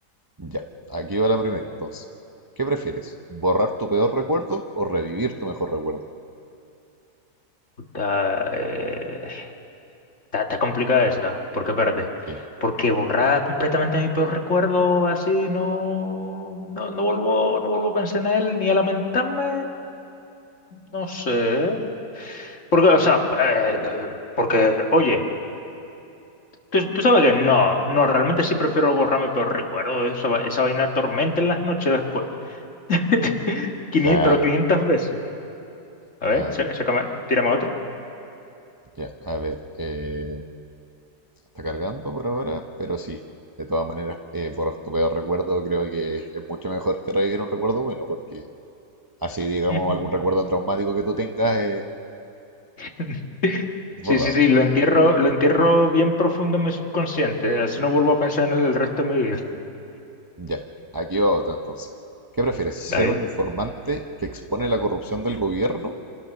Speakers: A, on the right; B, on the left.
A: Ya, aquí va la primera entonces. ¿Qué prefieres? ¿Borrar tu peor recuerdo o revivir tu mejor recuerdo?
B: Está, eh, está, está complicada esa, porque espérate,
A: Sí,
B: porque borrar completamente mi peor recuerdo así, no, no, no vuelvo, no vuelvo a pensar en él ni a lamentarme, no sé. Porque, o sea, eh, porque, oye. Tú, tú sabes que no, no, realmente sí prefiero borrar mi peor recuerdo. Eso, va- esa vaina tormenta en las noches después. <laughs> 500,
A: claro,
B: pero 500 veces. A
A: claro.
B: ver, sa- sácame, tírame otro.
A: Ya, a ver. eh, Está cargando por ahora, pero sí, de todas maneras, eh, borrar tu peor recuerdo creo que es mucho mejor que revivir un recuerdo bueno, porque así, digamos,
B: Ujú.
A: algún recuerdo traumático que tú tengas eh,
B: <laughs>
A: es borrado.
B: Sí, sí, sí, lo entierro, lo entierro bien profundo en mi subconsciente. Así no vuelvo a pensar en él el resto de mi vida.
A: Ya, aquí va otro entonces. ¿Qué prefieres? ¿Ser
B: <laughs> Dale.
A: un informante que expone la corrupción del gobierno